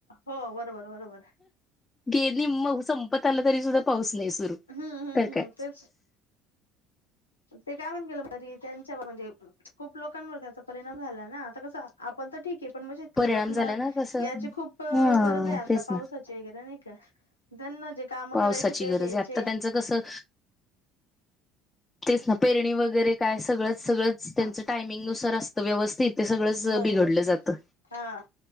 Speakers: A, on the left; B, on the left.
A: हो बरोबर बरोबर.
B: गे निम्म संपत आला तरी सुद्धा पाऊस नाही सुरू
A: हम्म हम्म
B: तर
A: हम्म
B: काय.
A: तेच ते काय <unintelligible> त्यांच्यावर म्हणजे, खूप लोकांवर त्याचा परिणाम झाला ना आता कस आपण तर ठीक हे पण म्हणजे,
B: परिणाम
A: लोकांना
B: झाला ना कसं
A: याची खूप
B: हा
A: गरज आहे, आता
B: तेच
A: पावसाची
B: ना
A: वगैरे नाही का. ज्यांना जे. काम
B: पावसाची
A: करायचे ते
B: गरज
A: हेचे
B: आहे आत्ता त्यांचं कसं. तेच ना पेरणी वगैरे. काय सगळंच सगळंच त्यांचं
A: हा
B: टायमिंगनुसार असतं व्यवस्थितथे सगळंच
A: बरोबर
B: बिघडलं जातं.
A: हा.